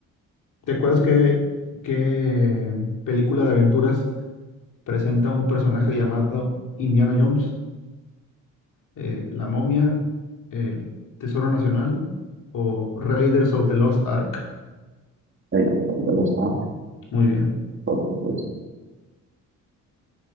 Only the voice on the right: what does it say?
Ahí lo- de los Stark,
por supuesto.